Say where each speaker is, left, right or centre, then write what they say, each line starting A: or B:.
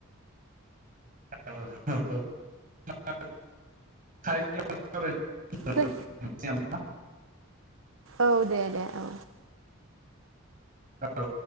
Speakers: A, on the right; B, on the right.
A: औ औ औ <unintelligible> <inaudible>
B: खोन औ दे दे औ
A: <inaudible> औ